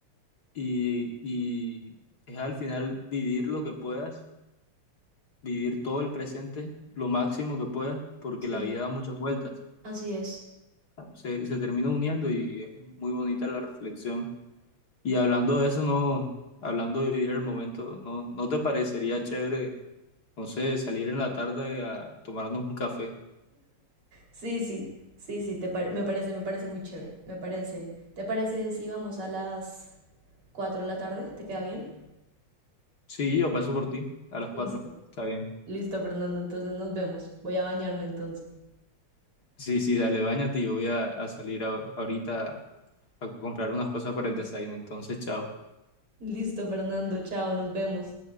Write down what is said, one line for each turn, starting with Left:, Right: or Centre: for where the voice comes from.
Left: y, y es al final vivir lo que puedas, vivir todo el presente, lo máximo que puedas, porque
Right: Sí,
Left: la vida da muchas vueltas.
Right: así es.
Left: Se, se termina uniendo y es muy bonita la reflexión. Y hablando de eso, no, hablando de vivir el momento, ¿no, no te parecería chévere, no sé, salir en la tarde a tomarnos un café?
Right: Sí, sí, sí, sí, te pare- me parece, me parece muy chévere, me parece. ¿Te parece si vamos a las 4 de la tarde? ¿Te queda bien?
Left: Sí, yo paso por ti a las cuatro,
Right: Listo.
Left: está bien.
Right: Listo, Fernando, entonces nos vemos. Voy a bañarme entonces.
Left: Sí, sí, dale, báñate, yo voy a, a salir a- ahorita a comprar unas cosas para el desayuno, entonces, chao.
Right: Listo, Fernando, chao, nos vemos.